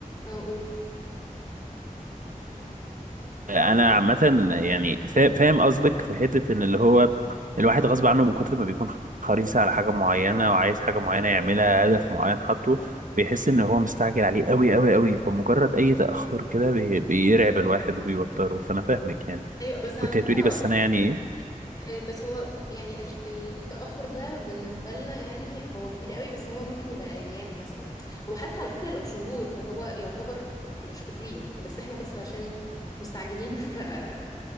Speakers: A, on the left; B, on the right.
A: اقول
B: آه، انا عامه يعني فا- فاهم قصدك في حته ان اللي هو الواحد غصب عنه من كتر ما بيكون حريص على حاجه معينه وعايز حاجه معينه يعملها
A: مم.
B: هدف معين حاطه بيحس ان هو مستعجل عليه قوي قوي قوي فمجرد اي تاخر كده بي- بيرعب الواحد وبيوتره فانا فاهمك يعني
A: ايوه بس على
B: كنت
A: فكرة
B: هتقولي
A: هو
B: بس انا يعني ايه
A: آه، بس هو يعني الت- ال- التأخر ده بالنسبة لنا يعني هو كبير قوي بس هو ممكن يبقى أيام مثلا وحتى على فكرة لو شهور فهو يعتبر مش كتير يعني بس احنا بس عشان مستعجلين <laughs>